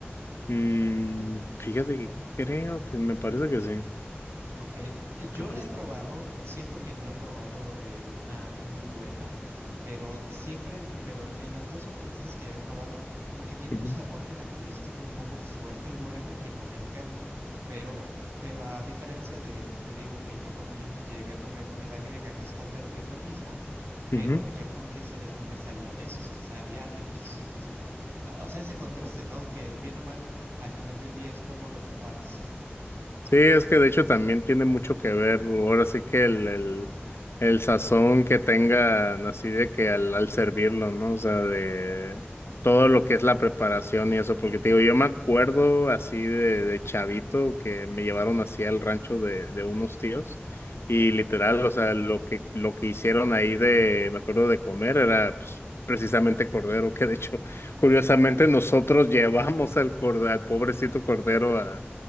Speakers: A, on the left (about 70°); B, on the right (about 75°).
A: Mm, fíjate que creo que me parece que sí.
B: Ok, eh, yo
A: Tacos.
B: la he probado, siento que no he probado de una muy buena, pero siempre, no- pero en las dos o tres veces que la he probado, como que tiene
A: Ujú,
B: un sabor característico un poco fuerte el borrego que no me encanta, pero, pero a diferencia de, te digo que yo comí, llegué a comer comida griega, que es cordero, que es lo mismo, pero
A: ujú.
B: yo recuerdo que esa vez no me sabía eso, o sea, sabía riquísimo, o sea, o o sea, ese contraste, ¿no? Que bien o mal, al final del día es cómo lo preparas.
A: Sí, es que de hecho también tiene mucho que ver, ahora sí que el, el, el sazón que tengan así de que al, al servirlo, ¿no? O sea, de todo lo que es la preparación y eso, porque te digo, yo me acuerdo así de, de chavito que me llevaron así al rancho de, de unos tíos y literal, o sea, lo que, lo que hicieron ahí de, me acuerdo de comer era pues precisamente cordero, que de hecho, curiosamente nosotros <laughs> llevamos al, corde- al pobrecito cordero a